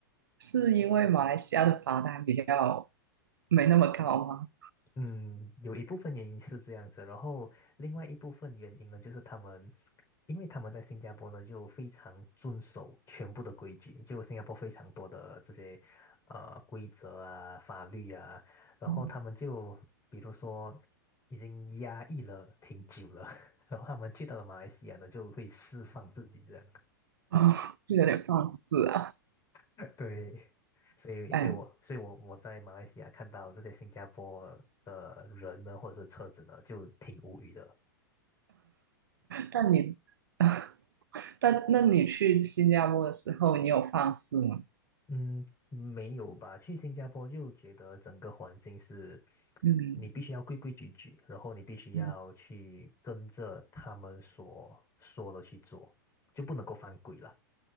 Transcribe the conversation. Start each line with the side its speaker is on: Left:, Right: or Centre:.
Right: 是因为马来西亚的罚单比较没那么高吗？
Left: 嗯，有一部分原因是这样子，然后另外一部分原因呢，就是他们，因为他们在新加坡呢就非常遵守全部的规矩，就新加坡非常多的这些呃规则啊、法律啊，然后他们就比如说
Right: 嗯，
Left: 已经压抑了挺久了，<laughs> 然后他们去到了马来西亚呢就会释放自己这样，
Right: 哦，就有点放肆啊。
Left: <laughs> 对，所以所以我所以我我在马来西亚看到这些新加坡的人呢或者是车子呢就挺无语的。
Right: 但但你，<laughs> 但那你去新加坡的时候，你有放肆吗？
Left: 嗯，没有吧？去新加坡就觉得整个环境是，
Right: 嗯
Left: 你必须要规规矩矩，然后你必须要去跟着他们所说的去做，
Right: 嗯
Left: 就不能够犯规了。